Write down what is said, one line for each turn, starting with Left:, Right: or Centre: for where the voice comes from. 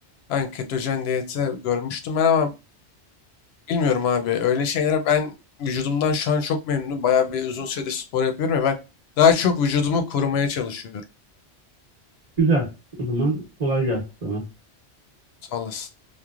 Left: Ben ketojen diyeti görmüştüm ben ama bilmiyorum abi. Öyle şeylere ben vücudumdan şu an çok memnunum. Bayağı bir uzun süredir spor yapıyorum ya ben daha çok vücudumu korumaya çalışıyorum.
Right: Güzel. O zaman kolay gelsin sana.
Left: Sağ olasın.